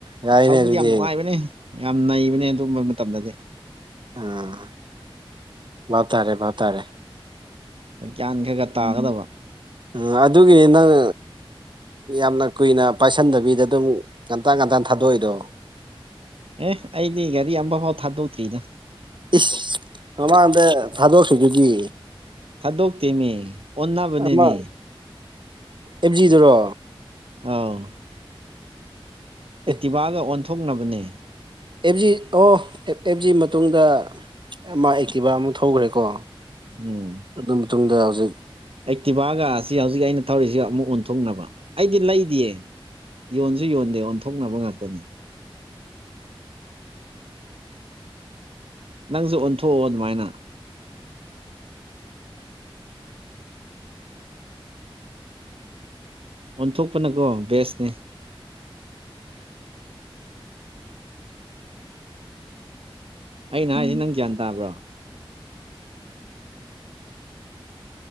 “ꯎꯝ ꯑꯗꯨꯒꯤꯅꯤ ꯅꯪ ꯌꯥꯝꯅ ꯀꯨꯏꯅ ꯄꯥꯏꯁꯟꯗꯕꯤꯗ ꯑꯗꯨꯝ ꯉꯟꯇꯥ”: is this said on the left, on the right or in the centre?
Right